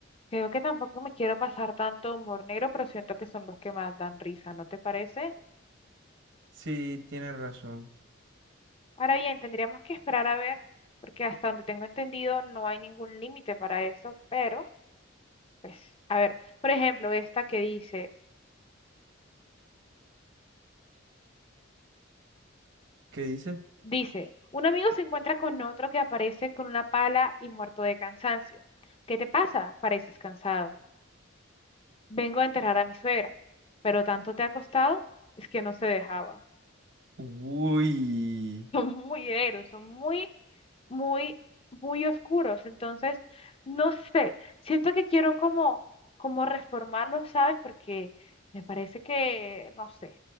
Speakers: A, on the left (about 30°); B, on the right (about 65°).
A: Creo que tampoco me quiero pasar tanto humor negro, pero siento que son los que más dan risa, ¿no te parece?
B: Sí, tienes razón.
A: Ahora bien, tendríamos que esperar a ver, porque hasta donde tengo entendido no hay ningún límite para eso, pero, pues, a ver, por ejemplo, esta que dice,
B: ¿Qué dice?
A: dice, un amigo se encuentra con otro que aparece con una pala y muerto de cansancio. ¿Qué te pasa? Pareces cansado. Vengo a enterrar a mi suegra, pero tanto te ha costado, es que no se dejaba.
B: Uy,
A: <laughs> Son muy negros, son muy muy, muy oscuros. Entonces, no sé, siento que quiero como, como reformarlos, ¿sabes? Porque me parece que, no sé,